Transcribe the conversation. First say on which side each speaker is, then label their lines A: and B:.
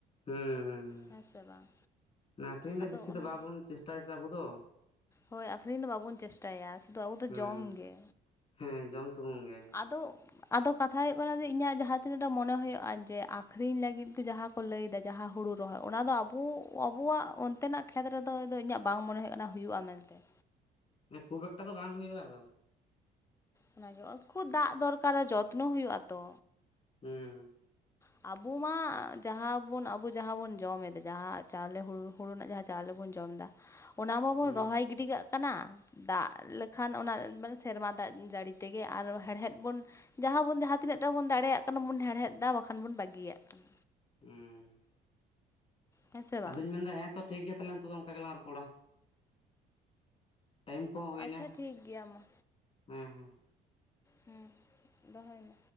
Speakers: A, on the left (about 35°); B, on the left (about 15°).
A: ᱦᱩᱸ ᱦᱩᱸ
B: ᱦᱮᱸ ᱥᱮ ᱵᱟᱝ
A: ᱟᱠᱷᱨᱤᱧ ᱫᱚ
B: ᱟᱫᱚ
A: ᱵᱤᱥᱤ
B: ᱚᱱᱟ
A: ᱫᱚ ᱵᱟᱵᱚᱱ ᱪᱮᱥᱴᱟᱭᱟ ᱥᱮ ᱟᱵᱚ ᱫᱚ᱾
B: ᱦᱳᱭ ᱟᱠᱷᱨᱤᱧ ᱫᱚ ᱵᱟᱵᱚᱱ ᱪᱮᱥᱴᱟᱭᱟ᱾ ᱥᱩᱫᱩ ᱟᱵᱚ ᱫᱚ
A: ᱦᱩᱸ
B: ᱡᱚᱢ ᱜᱮ᱾
A: ᱦᱮᱸ ᱡᱚᱢ ᱥᱩᱢᱩᱝ ᱜᱮ
B: ᱟᱫᱚᱼᱼ ᱟᱫᱚ ᱠᱟᱛᱷᱟ ᱦᱩᱭᱩᱜ ᱠᱟᱱᱟ ᱡᱮ ᱤᱧᱟᱹᱜ ᱡᱟᱦᱟᱸ ᱛᱤᱱᱟᱹᱜ ᱴᱟ ᱢᱚᱱᱮ ᱦᱳᱭᱳᱜᱼᱟ ᱡᱮ ᱟᱠᱷᱨᱤᱧ ᱞᱟᱹᱜᱤᱫ ᱫᱚ ᱡᱟᱦᱟᱸᱼᱼ ᱠᱚ ᱞᱟᱹᱭ ᱮᱫᱟ ᱡᱟᱦᱟᱸ ᱦᱩᱲᱩ ᱨᱚᱦᱚᱭ ᱚᱱᱟ ᱫᱚ ᱟᱵᱳ ᱟᱵᱳᱣᱟᱜ ᱚᱱᱛᱮᱱᱟᱜ ᱠᱷᱮᱛ ᱨᱮᱫᱚ ᱤᱧᱟᱹᱜ ᱵᱟᱝ ᱢᱚᱱᱮ ᱦᱩᱭᱩᱜ ᱠᱟᱱᱟ ᱦᱩᱭᱩᱜᱼᱟ ᱢᱮᱱᱛᱮ᱾ ᱢᱮᱱᱛᱮ
A: ᱢᱟᱱᱮ ᱠᱷᱩᱵ ᱮᱠᱴᱟ ᱫᱚ ᱵᱟᱝ ᱦᱩᱭᱩᱜᱼᱟ ᱟᱫᱚᱼᱼ
B: ᱚᱱᱟᱜᱮ ᱚ ᱠᱷᱩᱵ ᱫᱟᱜ ᱫᱚᱨᱠᱟᱨᱟ ᱡᱚᱛᱱᱚ ᱦᱩᱭᱩᱜᱼᱟ ᱛᱚ᱾
A: ᱦᱩᱸ
B: ᱟᱵᱚ ᱢᱟ ᱡᱟᱦᱟᱸ ᱵᱚᱱ ᱟᱵᱚ ᱡᱟᱦᱟᱸ ᱵᱚᱱ ᱡᱚᱢᱮᱫ ᱡᱟᱦᱟᱸ ᱪᱟᱣᱞᱮ ᱦᱩᱲᱩᱼᱼ ᱦᱩᱲᱩ ᱨᱮᱱᱟᱜ ᱡᱟᱦᱟᱸ ᱪᱟᱣᱞᱮ ᱵᱚᱱ ᱡᱚᱢᱮᱫᱟ ᱚᱱᱟ ᱢᱟ ᱵᱚᱱ
A: ᱦᱩᱸ
B: ᱨᱚᱦᱚᱭ ᱜᱤᱰᱤ ᱠᱟᱜᱼᱼ ᱠᱟᱱᱟ, ᱫᱟᱜ ᱞᱮᱠᱷᱟᱱ ᱚᱱᱟ ᱢᱟᱱᱮ ᱥᱮᱨᱢᱟ ᱫᱟᱜ ᱡᱟᱹᱲᱤ ᱛᱮᱜᱮ ᱟᱨ ᱦᱮᱲᱦᱮᱫ ᱵᱚᱱᱼᱼ ᱡᱟᱦᱟᱸ ᱵᱚᱱ ᱡᱟᱦᱟᱸ ᱛᱤᱱᱟᱹᱜ-ᱴᱟ ᱵᱚᱱ ᱫᱟᱲᱮᱭᱟᱜ ᱠᱟᱱᱟ ᱵᱚᱱ ᱦᱮᱲᱦᱮᱫ ᱫᱟ ᱵᱟᱠᱷᱟᱱ ᱵᱚᱱ ᱵᱟᱹᱜᱤᱭᱟᱜ ᱠᱟᱱᱟ᱾
A: ᱦᱩᱸ
B: ᱦᱮᱸ ᱥᱮ ᱵᱟᱝ
A: ᱟᱫᱚᱧ ᱢᱮᱱᱫᱟ ᱦᱮᱸ ᱛᱚ ᱴᱷᱤᱠ ᱜᱮᱭᱟ ᱛᱟᱦᱞᱮ ᱱᱤᱛᱚᱜ ᱫᱚ ᱚᱝᱠᱟ ᱜᱮᱞᱟᱝ ᱨᱚᱯᱚᱲᱟ᱾ ᱴᱟᱭᱤᱢ ᱠᱚᱦᱚᱸ ᱦᱩᱭᱱᱟ
B: ᱟᱪᱪᱷᱟ ᱴᱷᱤᱠ ᱜᱮᱭᱟ ᱢᱟ,
A: ᱦᱮᱸ ᱦᱮᱸ
B: ᱦᱩᱸ ᱫᱚᱦᱚᱭ ᱢᱮ᱾